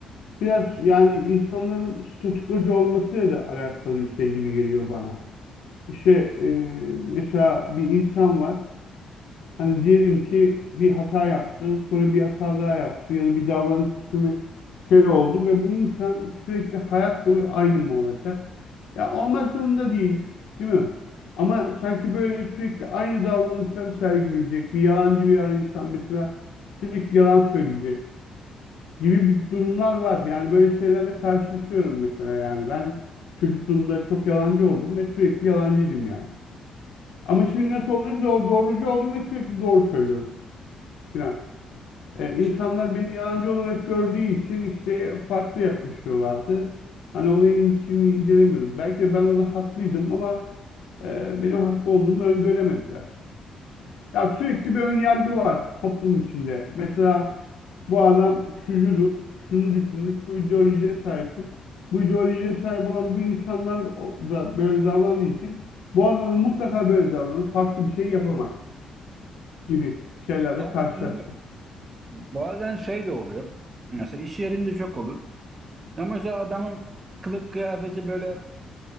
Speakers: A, on the left; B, on the right.
A: Biraz yani insanların statükocu olmasıyla da alakalı bir şey gibi geliyor bana. İşte e, mesela bir insan var. Hani diyelim ki bir hata yaptı, sonra bir hata daha yaptı ya da bir davranış biçimi şey oldu ve bu insan sürekli hayat boyu aynı mı olacak? Ya olmak zorunda değil, değil mi? Ama sanki böyle sürekli aynı davranışları sergileyecek bir yalancı bir insan mesela sürekli yalan söyleyecek gibi bir durumlar var. Yani böyle şeylerle karşılaşıyorum mesela yani. Ben çocukluğumda çok yalancı oldum ve sürekli yalancıydım yani. Ama şimdi nasıl olduysa o doğrucu oldum ve sürekli doğru söylüyorum filan.
B: Abi
A: E, insanlar
B: işte,
A: beni yalancı olarak gördüğü için işte farklı yaklaşıyorlardı. Hani olayın içini incelemiyordum. Belki de ben orada haklıydım ama e, benim haklı olduğumu öngöremediler. Ya sürekli bir önyargı var toplum içinde. Mesela bu adam şucudur, şunu düşünür, şu ideolojiye sahiptir. Bu ideolojiye sahip olan bu insanlar o- da böyle davrandığı için bu adam da mutlaka böyle davranır, farklı bir şey yapamaz gibi şeylerle
B: abi
A: karşılaştım.
B: şimdi bazen şey de oluyor. Mesela iş yerinde çok olur. Ya mesela adamın kılık kıyafeti böyle